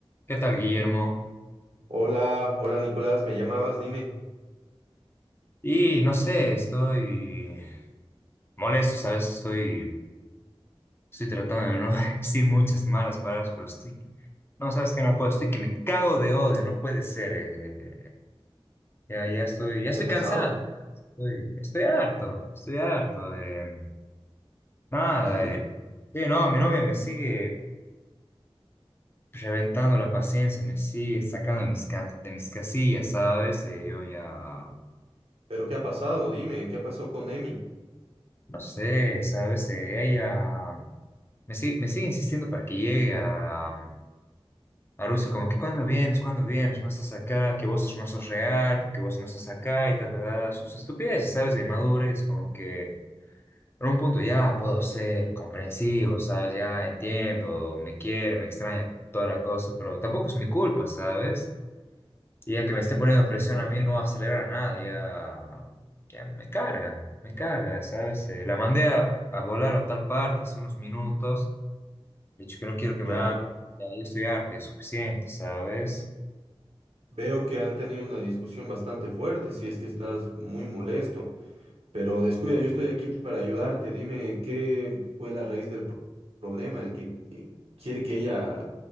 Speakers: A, on the left; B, on the right.
A: ¿Qué tal, Guillermo?
B: Hola, hola Nicolás, me llamabas, dime,
A: Y no sé, estoy molesto, ¿sabes? Estoy, estoy tratando de no <laughs> decir muchas malas palabras, pero estoy, no, ¿sabes que No puedo, estoy que me cago de odio, no puede ser. eh, ya, ya estoy, ya estoy
B: ¿qué ha pasado?
A: cansado, estoy, estoy harto, estoy harto de nada.
B: ¿Sí?
A: eh. Sí, no, mi novia me sigue reventando la paciencia, me sigue sacando de mis, ca- de mis casillas, ¿sabes? Eh, yo ya,
B: ¿Pero qué ha pasado? Dime, ¿qué pasó con Emi?
A: no sé, ¿sabes? Eh, ella... Me sigue, me sigue insistiendo para que llegue a, mm, a Rusia, como que cuando vienes, cuando vienes, no estás acá, que vos no sos real, porque vos no estás acá y ta, ta, ta, sus estupideces, ¿sabes? De inmadurez, como que en un punto ya puedo ser comprensivo, ¿sabes? Ya entiendo, me quiere, me extraña, toda la cosa, pero tampoco es mi culpa, ¿sabes? Y ya que me esté poniendo presión
B: Sí.
A: a mí no acelera nada, ya, ya me carga, me carga, ¿sabes? Eh, la mandé a, a volar a tal parte hace unos minutos. De hecho, que no quiero que
B: Ya,
A: me haga ahí estudiarte, es suficiente, ¿sabes?
B: veo que han tenido una discusión bastante fuerte, si es que estás muy molesto, pero descuida, yo estoy aquí para ayudarte, dime qué fue la raíz del pro- problema, el que eh, quiere que ella,